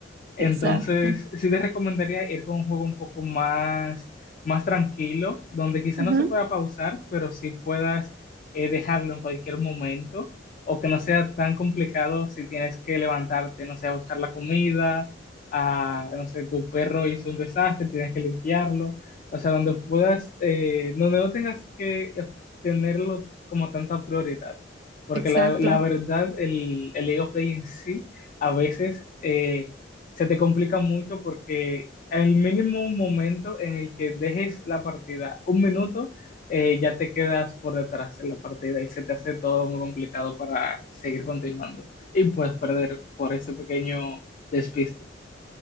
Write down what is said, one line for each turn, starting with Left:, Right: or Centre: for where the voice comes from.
Left: Entonces,
Right: Exacto.
Left: sí te recomendaría ir con un juego un poco más, más tranquilo, donde quizá
Right: ujú,
Left: no se pueda pausar, pero sí puedas eh, dejarlo en cualquier momento, o que no sea tan complicado si tienes que levantarte, no sé, a buscar la comida, a, no sé, tu perro hizo un desastre, tienes que limpiarlo, o sea, donde puedas, eh, donde no tengas que eh, tenerlo como tanta prioridad, porque
Right: Exacto.
Left: la, la verdad, el, el League of Legends sí a veces eh, se te complica mucho porque el mínimo momento en el que dejes la partida, un minuto, eh, ya te quedas por detrás en la partida y se te hace todo muy complicado para seguir continuando y puedes perder por ese pequeño despiste.